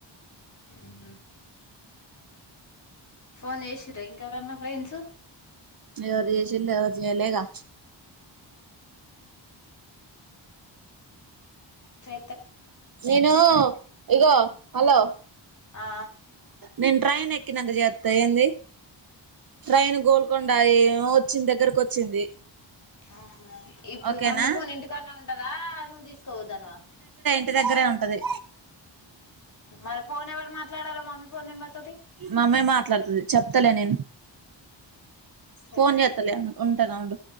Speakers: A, on the left (about 40°); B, on the right (about 50°).
A: మ్మ్ హ్మ్ ఫోన్ చేసిరా ఇంకెవరన్నా ఫ్రెండ్స్
B: ఎరు చేసిలు ఎవర్ చేలే ఇకా
A: చే
B: నేను ఇగో హలో
A: ఆ
B: నేను ట్రైన్ ఎక్కినాక చేస్తా ఏంది ట్రైన్ గోల్కొండ వచ్చింది దగ్గరకు వచ్చింది
A: అ ఇప్పుడు
B: ఓకేనా
A: మమ్మీ ఫోన్ ఇంటికన్నా ఉంటదా నువ్వు తీసుకుపోతనవా
B: ఇంటిదగ్గరే ఉంటది
A: మరి ఫోన్ ఎవరు మాట్లాడాలో మమ్మీ ఫోన్ నెంబర్ తోటి
B: మమ్మీ మాట్లాడుతది చెప్తలే నేను
A: సరే
B: ఫోన్ చేతలే ఉంటానా ఉండు